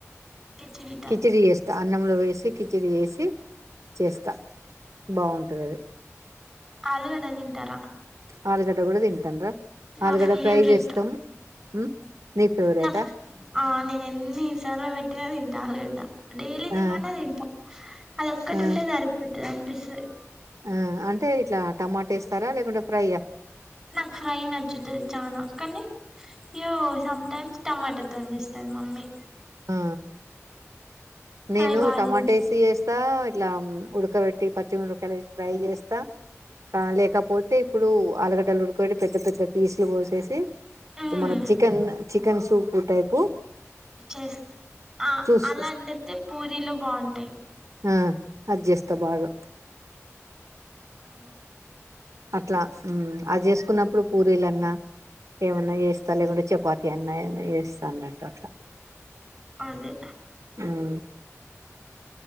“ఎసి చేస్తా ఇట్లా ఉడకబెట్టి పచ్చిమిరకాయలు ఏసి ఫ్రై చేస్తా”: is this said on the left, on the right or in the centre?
Right